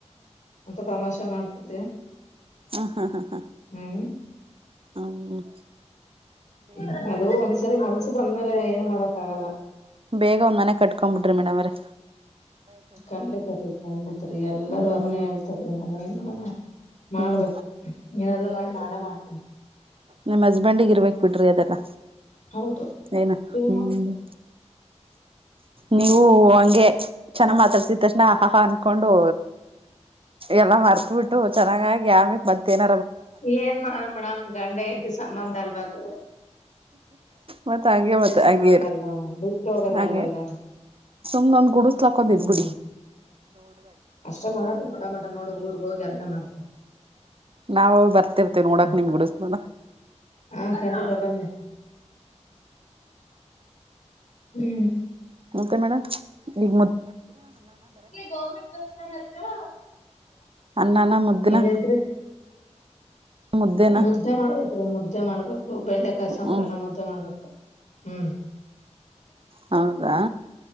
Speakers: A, on the left; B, on the right.
A: ಅಂತ ತಮಾಷೆ ಮಾಡ್ತಿದ್ದೆ.
B: ಹ್ಮ ಹಾ ಹಾ ಹಾ
A: ಹ್ಮ್
B: ಹ್ಮ
A: ಹ್ಮ ಅದು ಒಂದ್ಸರಿ ಮನ್ಸು ಬಂದ್ಮೇಲೆ ಏನು ಮಾಡಕ್ ಆಗಲ್ಲ.
B: ಬೇಗ ಒಂದ್ ಮನೆ ಕಟ್ಕೊ ಬಿಡ್ರಿ ಮೇಡಮ್ ಅವ್ರೆ.
A: ಖಂಡಿತ ರೀ ಖಂಡಿತರಿ ಎಲ್ಲರೂ
B: ಹ್ಮ್
A: ಅದನ್ನೇ ಹೇಳ್ತಾರೀ ನನ್ ಏನ್ ಮಾಡೋಣ. ಮಾಡ್ಬೇಕು
B: ಹ್ಮ್
A: ಏನಾದ್ರು ಮಾಡಿ ಮಾಡೆ ಮಾಡ್ತೇನಿ ‌.
B: ನಿಮ್ಮ್ ಹಸ್ಬೆಂಡಗ ಇರ್ಬೇಕಕ್ ಬಿಡ್ರಿ ಅದೆಲ್ಲ
A: ಹೌದು
B: ಏನ
A: ನೀವ್
B: ಹ್ಮ್.
A: ಮಾಡ್ಬೇಕು
B: ನೀವು ಹಂಗೆ ಚೆನ್ನ ಮಾತಾಡ್ಸಿದ ತಕ್ಷಣ ಆ ಹಹಾ ಅನ್ಕೊಂಡು. ಎಲ್ಲಾ ಮರ್ತ್ಬಿಟ್ಟು ಚೆನ್ನಾಗಾಗಿ ಆಮಿಕ್ ಮತ್ತ ಏನ
A: ಏನ್ ಮಾಡನ ಮೇಡಮ್ ಗಂಡ ಹೆಂತ ಸಂಬಂಧ ಅಲ್ವದು.
B: ಮತ್ತೆ ಹಂಗೆ ಮತ್ತೆ
A: ಸಂಬಂಧ
B: ಅದು
A: ಅಲ್ವಾ ಬಿಟ್ಟು ಹೋಗೋದಲ್ವಲ್ಲ
B: ಹಂಗೆ. ಇನೊಂದ್ ಗುಡಸ್ಲಾಕೋಂಡ್
A: ಹ್ಮ್
B: ಇದ್ ಬಿಡಿ.
A: ಅಷ್ಟೇ ಮಾಡೋದು ನೋಡ ಮಟ ನೋಡು ಊರ್ಗ್ ಹೋಗಿ ಅದ್ನೆ ಮಾಡದು.
B: ನಾವ ಬರ್ತಿರ್ತೇವಿ ನೋಡಕ್
A: ಹ್ಮ್
B: ನಿಮ್ ಗುಡಸ್ಲುನ ‌.
A: ಹಾ ಖಂಡಿತ ಬನ್ನಿ ಹ್ಮ್
B: ಮತ್ತೆ ಮೇಡಮ್ ಈ.
A: ಗರ್ಮೆಂಟ್ ಬಸ್ ಹತ್ರ.
B: ಅನ್ನನ ಮುದ್ದನ
A: ನನ್
B: ಮುದ್ದೇನ
A: ಮುದ್ದೆ ಮಾಡ್ಬೇಕ್ರೀ ಮುದ್ದೆ ಮಾಡ್ಬೇಕು ಬೆಂಡೆಕಾಯಿ ಸಾಂಬ್ರ
B: ಹ್ಮ್
A: ಎಲ್ಲಾ ಮುದ್ದೆ ಮಾಡ್ಬೇಕು ಹ್ಮ್
B: ಹೌದಾ